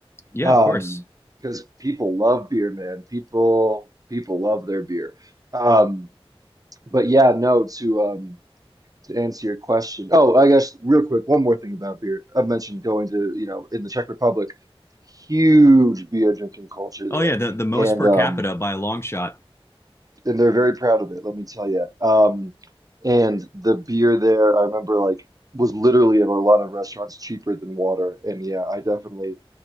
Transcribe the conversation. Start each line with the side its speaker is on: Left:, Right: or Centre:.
Left: Yeah,
Right: Um,
Left: of course.
Right: because people love beer, man. People people love their beer. Um, but yeah, no, to um, to answer your question. Oh, I guess real quick, one more thing about beer. I mentioned going to, you know, in the Czech Republic, huge beer drinking culture there,
Left: Oh yeah, the the most
Right: and
Left: per
Right: um,
Left: capita by a long shot.
Right: and they're very proud of it. Let me tell you. Um, and the beer there, I remember like was literally at a lot of restaurants cheaper than water. And yeah, I definitely